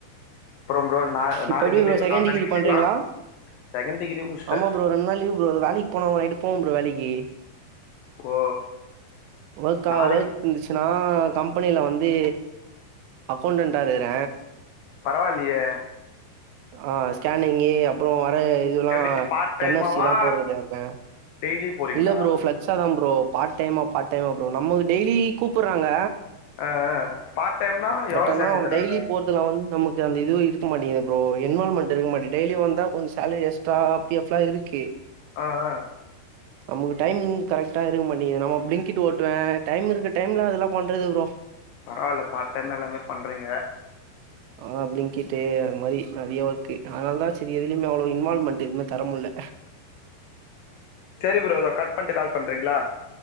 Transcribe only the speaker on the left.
அப்றோ ப்ரோ நா
நாளைக்கு
லீவு
நாளானைக்கு
லீவா செகண்ட் டிகிரியே முடிச்சிட்ட
ஓ
நாளைக்கு
பரவாயில்லியே
எப்படி பார்ட் டைமாவா
டெய்லி போறீங்களா
ஆ ஆ பார்ட் டைம்னா எவ்வளோ
சேலரி
தராங்க
ஆ ஆ
பரவால்ல பார்ட் டைம் எல்லாமே பண்றீங்க
செரி ப்ரோ இதோ கட் பண்ட்டு கால் பண்றீங்ளா